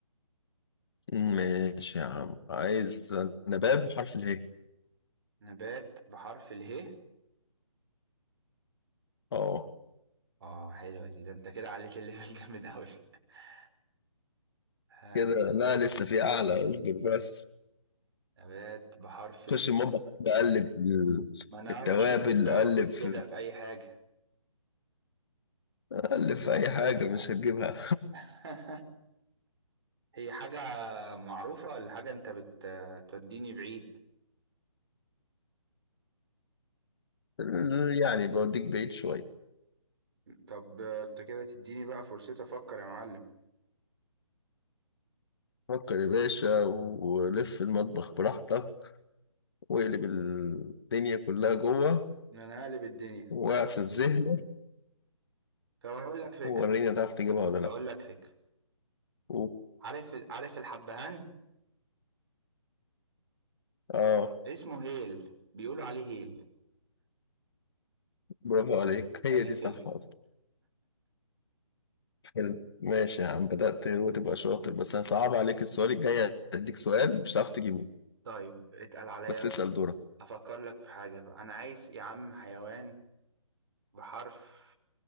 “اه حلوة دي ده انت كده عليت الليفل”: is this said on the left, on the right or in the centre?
Right